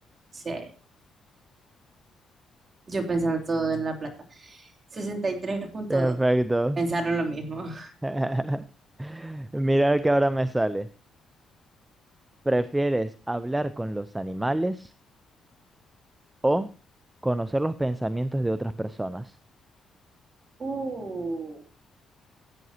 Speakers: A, on the right (about 40°); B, on the right (about 20°).
A: Sí. Yo pensando todo en la plata. sesenta y tres punto
B: Perfecto.
A: dos Pensaron lo mismo. <laughs>
B: <laughs> Mira el que ahora me sale. ¿Prefieres hablar con los animales? O conocer los pensamientos de otras personas.
A: Uh.